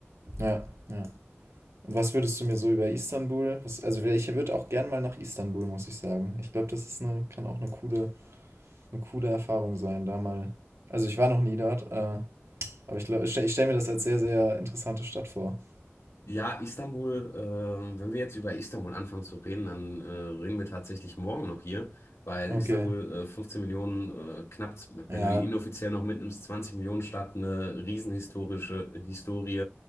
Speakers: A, on the right; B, on the left.
A: Ja, ja. Und was würdest du mir so über Istanbul? Was, also wär- ich würde auch gern mal nach Istanbul, muss ich sagen. Ich glaube, das ist eine, kann auch eine coole, eine coole Erfahrung sein, da mal. Also ich war noch nie dort, äh, aber ich glaube, ich stelle stell mir das als sehr, sehr interessante Stadt vor.
B: Ja, Istanbul, ähm, wenn wir jetzt über Istanbul anfangen zu reden, dann äh, reden wir tatsächlich morgen noch hier, weil
A: Okay.
B: Istanbul äh, 15 Millionen, äh, knapp,
A: Ja,
B: wenn du die inoffiziell noch mitnimmst, 20 Millionen Stadt, eine riesenhistorische Historie.